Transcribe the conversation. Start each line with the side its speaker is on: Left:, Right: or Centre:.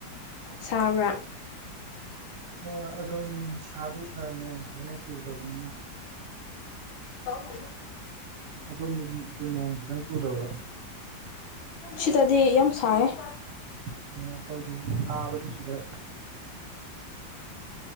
Left: ꯁꯥꯕ꯭ꯔꯥ
Right: ꯑꯣ ꯑꯗꯨꯝ ꯁꯥꯗꯤ ꯁꯥꯔ ꯅꯣꯡ ꯐꯖꯅ ꯆꯨꯗꯕꯅꯤ
Left: ꯐ
Right: ꯑꯗꯣꯝꯗꯗꯤ ꯅꯣꯡ ꯐꯖꯅ ꯆꯨꯗꯕ꯭ꯔꯣ
Left: ꯁꯤꯇꯙꯦꯌꯝ ꯁꯥꯏ <inaudible>
Right: ꯑꯣ ꯑꯩꯈꯣꯏꯁꯨ ꯁꯥꯕꯗ ꯁꯤꯗ